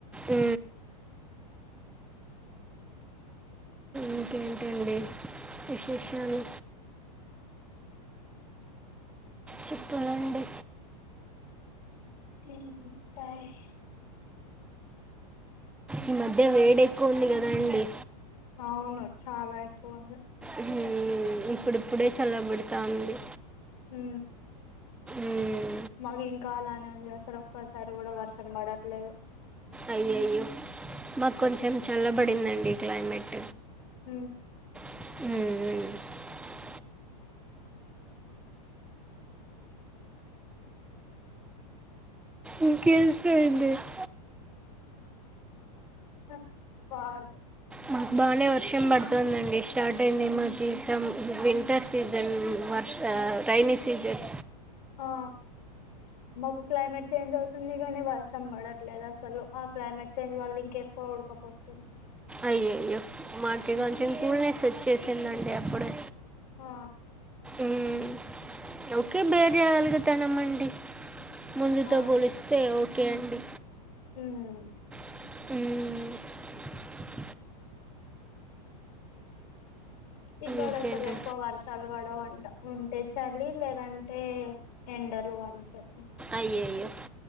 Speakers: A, in the centre; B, on the left.
A: ఉ ఇంకేంటండి విశేషలు చెప్పాలండి
B: ఉమ్ బాయ్
A: ఈ మధ్య వేడి ఎక్కువ ఉంది కదా అండి
B: అవును చాలా ఎక్కువ ఉంది
A: ఉమ్ ఇప్పుడుప్పుడే చల్లగపేడతంది
B: హ
A: ఉమ్
B: మాకు ఇంకా అలానే ఉంది అసలు ఒక్కోసారి కూడా వర్షం పడట్లేదు
A: అయ్య అయ్యో మాకు కొంచెం చాలా పడిందండి క్లైమేట్
B: ఉమ్
A: ఉమ్ ఇంకెంటి అండి <inaudible>
B: చ <inaudible>
A: మాకు బాగానే వర్షం పడుతుందండి స్టార్ట్ అయింది మాకు స వింటర్ సీజన్ వర్ రైని సీజెన్
B: ఆ మాకు క్లైమేట్ చేంజ్ అవుతుంది గానీ వర్షం పడట్లేదు అసలు ఆ క్లైమేట్ చేంజ్ వల్ల ఇంకెక్కువ ఉడకపోస్తుంది
A: అయ్యయ్యో మాకి కొంచెం
B: ఆహా
A: కూల్నెస్ వచ్చేసిందండి అప్పుడే
B: ఆ
A: ఉమ్ ఓకే బేర చేగలిగుతనమండి ముందుతో
B: ఆ
A: పోలిస్తే ఓకే అండి
B: ఉమ్
A: ఉమ్
B: ఇక్కడ
A: ఇంకేంటి
B: అస్సలు ఎక్కువ వర్షాలు పడవండి ఉంటే చలి లేదంటే ఎండలు అంతే ఇంకా
A: అయ్యయ్యో